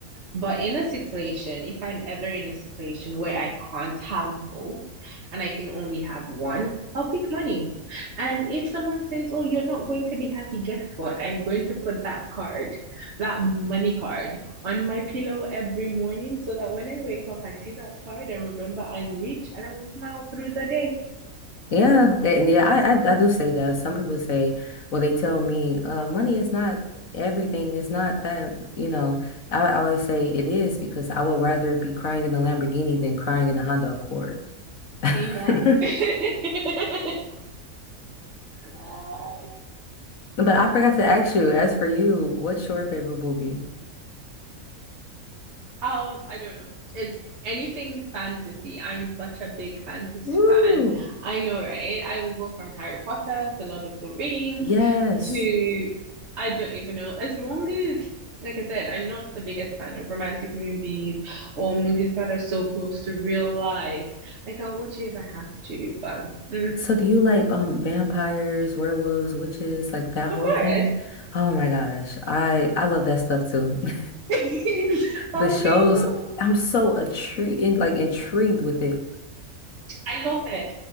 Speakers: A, on the right; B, on the left.
A: But in a situation, if I'm ever in a situation where I can't have both and I can only have one, I'll pick money. And if someone says, Oh, you're not going to be happy, guess what? I'm going to put that card, that money card, on my pillow every morning so that when I wake up, I see that card and remember I'm rich and I will smile through the day.
B: Yeah, and yeah, I, I I do say that. Some people say, well, they tell me, uh, money is not everything. It's not that, you know. I, I always say it is because I would rather be crying in a Lamborghini than crying in a Honda Accord. <laughs>
A: Amen. <laughs> God.
B: But I forgot to ask you, as for you, what's your favorite movie?
A: Um, I don't know. It's anything fantasy. I'm such a big fantasy
B: Woo!
A: fan. I know, right? I will go from Harry Potter to Lord of the Rings
B: Yes.
A: to I don't even know. As long as, like I said, I'm not the biggest fan of romantic movies or movies that are so close to real life. Like I'll watch it if I have to, but mm,
B: So do you like um vampires, werewolves, witches, like that
A: of
B: whole
A: course.
B: thing? Oh my gosh. I I love that stuff too. <laughs>
A: <laughs> Exactly,
B: The shows,
A: of course.
B: I'm so intrigued, like intrigued with it.
A: I love it.